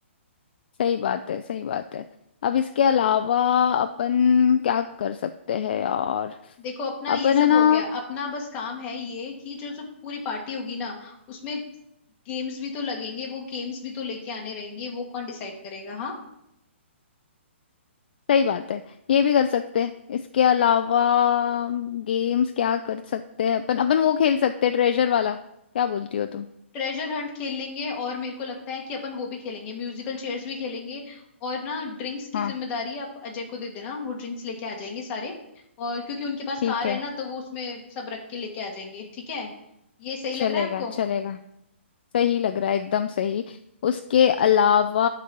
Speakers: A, on the left; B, on the left.
A: सही बात है सही बात है अब इसके अलावा अपन क्या कर सकते हैं यार
B: देखो अपना ये
A: अपन
B: सब
A: है ना
B: हो गया अपना बस काम है ये कि जो जो पूरी पार्टी होगी ना उसमें गेम्स भी तो लगेंगे वो गेम्स भी तो लेके आने रहेंगे वो कौन डिसाइड करेगा हाँ
A: सही बात है ये भी कर सकते हैं इसके अलावा गेम्स क्या कर सकते हैं अपन अपन वो खेल सकते हैं ट्रेजर वाला क्या बोलती हो तुम
B: ट्रेजर हंट खेल लेंगे और मेरे को लगता है कि अपन वो भी खेलेंगे म्यूजिकल चेयर्स भी खेलेंगे और ना ड्रिंक्स
A: हाँ
B: की जिम्मेदारी आप अजय को दे देना वो ड्रिंक्स लेके आ जाएंगे सारे और क्योंकि उनके पास
A: ठीक
B: कार
A: है
B: है ना तो वो उसमें सब रख के लेके आ जाएंगे ठीक है ये सही लग
A: चलेगा
B: रहा है आपको
A: चलेगा सही लग रहा है एकदम सही उसके अलावा